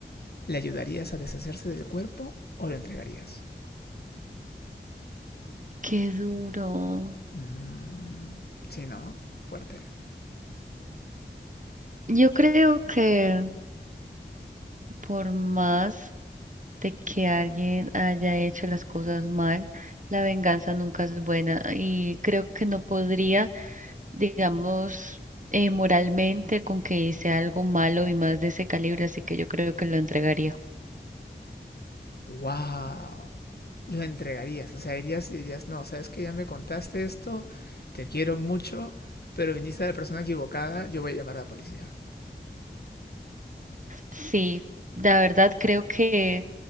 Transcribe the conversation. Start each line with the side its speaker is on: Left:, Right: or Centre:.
Left: ¿Le ayudarías a deshacerse del cuerpo o lo entregarías?
Right: Qué duro.
Left: Mm, sí, ¿no? Fuerte.
Right: Yo creo que por más de que alguien haya hecho las cosas mal, la venganza nunca es buena y creo que no podría, digamos, eh, moralmente con que hice algo malo y más de ese calibre, así que yo creo que lo entregaría.
Left: ¡Wow! Lo entregarías. O sea, irías y dirías, no, sabes que ya me contaste esto, te quiero mucho, pero viniste a la persona equivocada, yo voy a llamar a la policía.
Right: Sí, la verdad creo que